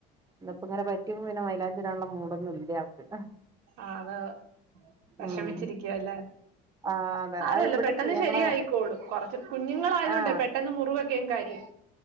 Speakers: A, on the right; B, on the right.
A: ഇന്ന്പ്പിങ്ങനെ പറ്റിയപ്പൊ പിന്നെ മൈലാഞ്ചിടാനുള്ള മൂടൊന്നും ഇല്ല അവക്ക്.
B: ആഹ് അത് വെഷമിച്ചിരിക്കുവാ
A: ഉം
B: അല്ലേ
A: ആ അതെ
B: സാരവില്ല
A: അത് ഇവിടെ
B: പെട്ടെന്ന്
A: ഞങ്ങളെ
B: ശെരിയായിക്കോളും കൊറച്ച് കുഞ്ഞുങ്ങളായത് കൊണ്ടേ
A: ആഹ്
B: പെട്ടെന്ന് മുറിവൊക്കെ അങ്ങ് കരിയും